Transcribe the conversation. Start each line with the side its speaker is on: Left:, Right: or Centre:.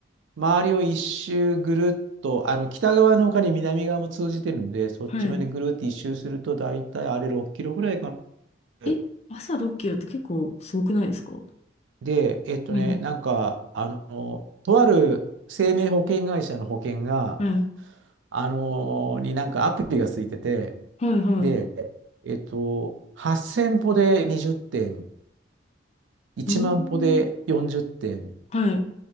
Right: 周りを一周ぐるっと、あの北側の他に南側も通じてるんで、そっちまでぐるっと一周すると、
Left: はい
Right: 大体あれ6キロぐらいかな。
Left: え、朝ッキロって結構すごくないですかは
Right: で、えっとね、
Left: い、
Right: なんか、あの、とある生命保険会社の保険が、
Left: はい、
Right: あの、になんかアプリがついてて、
Left: はい、はい。
Right: で、えっと、8000歩で20点、1万歩で40点、
Left: うーん、はい。